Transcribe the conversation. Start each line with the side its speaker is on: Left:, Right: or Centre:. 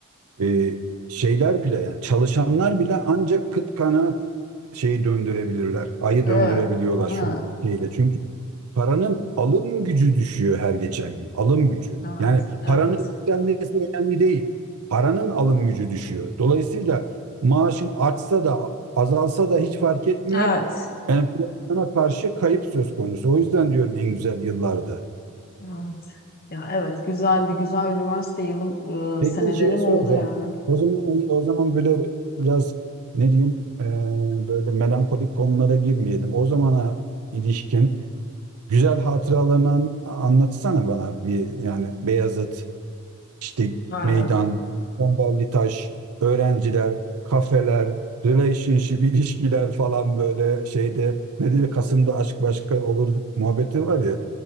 Right: e, şeyler bile yani çalışanlar bile ancak kıt kanaat şeyi döndürebilirler. Ayı
Left: Evet.
Right: döndürebiliyorlar
Left: Evet.
Right: şu şeyle. Çünkü paranın alım gücü düşüyor her geçen gün. Alım gücü.
Left: Evet.
Right: Yani
Left: Evet.
Right: paranın yükselmesi önemli değil. Paranın alım gücü düşüyor. Dolayısıyla maaşın artsa da azalsa da hiç fark etmiyor.
Left: Evet.
Right: Enflasyona karşı kayıp söz konusu. O yüzden diyorum en güzel yıllardı.
Left: Evet. Ya evet güzeldi. Güzel üniversite yılım e,
Right: Peki
Left: senelerim
Right: şeyi soracağım.
Left: oldu yani.
Right: O zaman hani, o zaman böyle biraz ne diyeyim eee, böyle melankolik konulara girmeyelim. O zamana ilişkin güzel hatıralarını an- anlatsana bana bir yani Beyazıt, işte
Left: Evet.
Right: meydan, Bomballı Taş, öğrenciler, kafeler, relationship ilişkiler falan böyle şeyde ne diyor Kasım'da aşk başka olur muhabbeti var ya.